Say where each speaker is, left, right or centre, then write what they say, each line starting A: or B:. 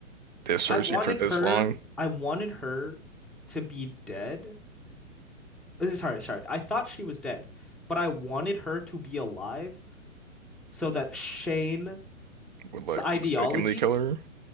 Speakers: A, on the right (about 35°); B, in the centre.
A: They're searching
B: I wanted
A: for this
B: her
A: long
B: I wanted her to be dead. Uh, Sorry, sorry. I thought she was dead, but I wanted her to be alive so that Shane's
A: would like
B: ideology
A: mistakenly kill her.